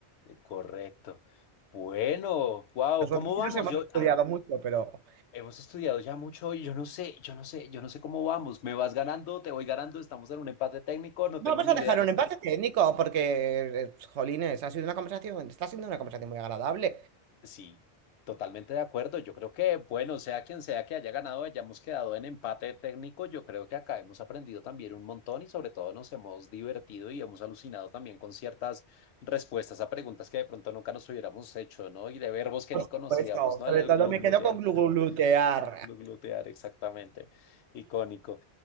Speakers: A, on the left; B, on the right.
A: Correcto. Bueno, wow,
B: Nosotros
A: ¿cómo vamos?
B: sí nos hemos
A: Yo,
B: estudiado
A: ah.
B: mucho, pero
A: Hemos estudiado ya mucho y yo no sé, yo no sé, yo no sé cómo vamos. ¿Me vas ganando? ¿Te voy ganando? ¿Estamos en un empate técnico? No tengo
B: vamos
A: ni
B: a
A: idea,
B: dejar
A: no
B: un
A: estoy.
B: empate técnico, porque, eh, jolines, ha sido una conversación, está siendo una conversación muy agradable.
A: Sí, totalmente de acuerdo. Yo creo que, bueno, sea quien sea que haya ganado, hayamos quedado en empate técnico. Yo creo que acá hemos aprendido también un montón y sobre todo nos hemos divertido y hemos alucinado también con ciertas respuestas a preguntas que de pronto nunca nos hubiéramos hecho, ¿no? Y de verbos que
B: Por
A: ni
B: supuesto,
A: conocíamos, ¿no?
B: sobre
A: El
B: todo
A: gluglutear.
B: me quedo con glu- glutear.
A: <laughs> Gluglutear, exactamente. Icónico.